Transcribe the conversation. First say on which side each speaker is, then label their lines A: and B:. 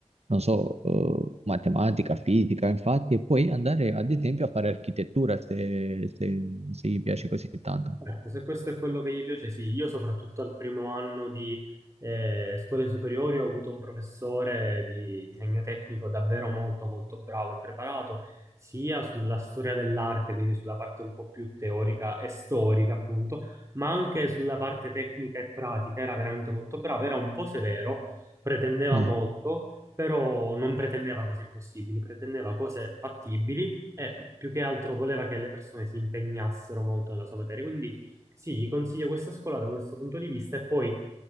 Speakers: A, on the right (about 60°); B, on the right (about 25°).
A: non so, eh, matematica, fisica, infatti, e poi andare ad esempio a fare architettura se, se, se gli piace così tanto.
B: Certo, se questo è quello che gli piace, sì. Io soprattutto al primo anno di eh, scuole superiori ho avuto un professore di disegno tecnico davvero molto molto bravo e preparato, sia sulla storia dell'arte, quindi sulla parte un po' più teorica e storica, appunto, ma anche sulla parte tecnica e pratica. Era veramente molto bravo, era un po' severo, pretendeva
A: Mm.
B: molto, però non pretendeva cose impossibili, pretendeva cose fattibili e più che altro voleva che le persone si impegnassero molto nella sua materia. Quindi sì, gli consiglio questa scuola da questo punto di vista e poi